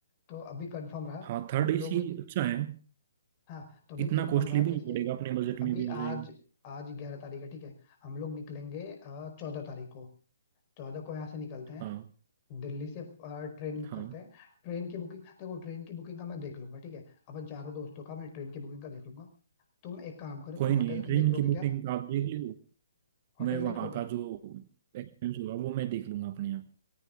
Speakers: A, on the left; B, on the right.
A: तो अभी कंफर्म रहा
B: हाँ थर्ड
A: हम
B: एसी
A: लोग
B: अच्छा है
A: हाँ तो अभी
B: इतना
A: कंफर्म
B: कॉस्टली
A: रहा
B: भी
A: जैसे
B: नहीं पड़ेगा अपने बजट में
A: अभी
B: भी आ
A: आज
B: जाएगा
A: आज ग्यारह तारीख है ठीक है हम लोग निकलेंगे चौदह तारीख को चौदह को यहाँ से निकलते हैं
B: हाँ
A: दिल्ली से आ, ट्रेन बुक
B: हाँ
A: करते हैं ट्रेन की बुकिंग देखो ट्रेन की बुकिंग का मैं देख लूंगा ठीक है अपन चारों दोस्तों का मैं ट्रेन की बुकिंग का देख लूंगा तुम एक काम करो तुम
B: कोई
A: होटल
B: नहीं
A: का
B: ट्रेन
A: देख लोगे
B: की
A: क्या
B: बुकिंग आप देख लो
A: होटल
B: मैं
A: देख
B: वहाँ
A: लोगे
B: का जो एक्सपेंस होगा वो मैं देख लूंगा अपने यहाँ